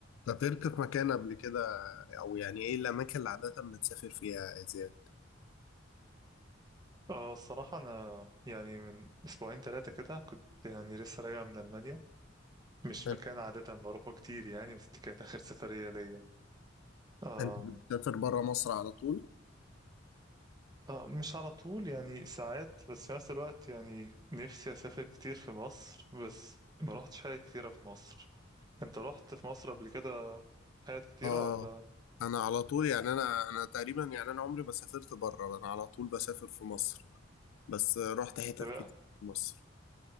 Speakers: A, on the left; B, on the right.
A: سافرت في مكان قبل كده او يعني ايه الاماكن اللي عاده بتسافر فيها يا زياد
B: اه الصراحة أنا يعني من أسبوعين ثلاثة كده كنت يعني لسه راجع من ألمانيا مش
A: حلو.
B: مكان عادة بروحه كتير يعني بس دي كانت آخر سفرية ليا آم،
A: انت بتسافر بره مصر على طول
B: آه، مش على طول يعني ساعات بس في نفس الوقت يعني نفسي أسافر كتير في مصر بس ما روحتش حاجة كتيرة في مصر أنت رحت في مصر قبل كده حاجات كتيرة
A: اه
B: ولا
A: انا على طول يعني انا انا تقريبا يعني انا عمري ما سافرت بره انا على طول بسافر في مصر بس رحت حتت
B: طب إيه
A: كتير في مصر